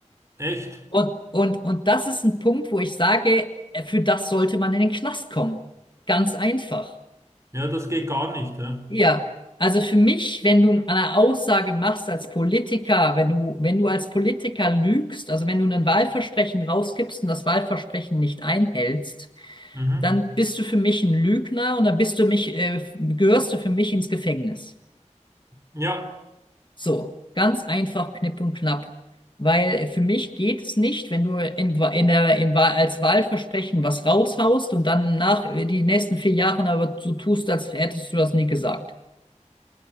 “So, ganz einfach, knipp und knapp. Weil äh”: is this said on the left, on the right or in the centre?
Left